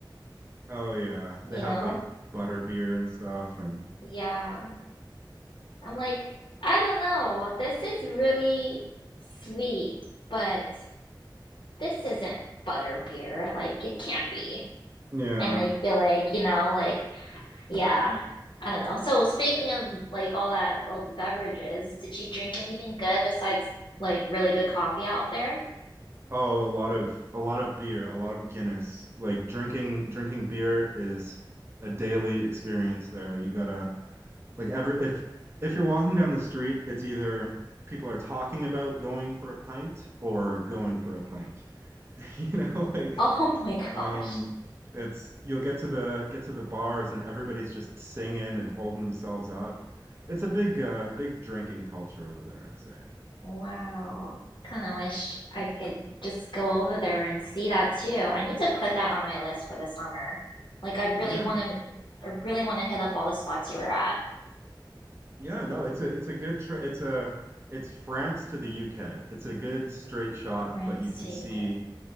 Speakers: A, on the right (about 30°); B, on the left (about 75°).
A: Oh yeah, they
B: you
A: have
B: know?
A: like butterbeer and stuff and
B: Yeah. I'm like, I don't know. This is really sweet, but this isn't butterbeer. Like it can't be.
A: yeah.
B: And I feel like, you know, like Yeah. I don't know. So speaking of like all that, all the beverages, did you drink anything good besides like really good coffee out there?
A: Oh, a lot of a lot of beer, a lot of Guinness. Like drinking drinking beer is a daily experience there. You gotta like every if if you're walking down the street, it's either people are talking about going for a pint or going for a pint. <laughs> You know, like
B: Oh <laughs> my gosh.
A: um it's you'll get to the get to the bars and everybody's just singing and holding themselves up. It's a big uh big drinking culture over there, I'd say.
B: Wow. Kind of wish I could just go over there and see that too. I need to put that on my list for the summer. Like I really
A: Yeah.
B: want to, I really want to hit up all the spots you were at.
A: Yeah, no, it's a it's a good tra it's a it's France to the UK. It's a good straight shot,
B: France
A: but you can
B: to
A: see
B: UK.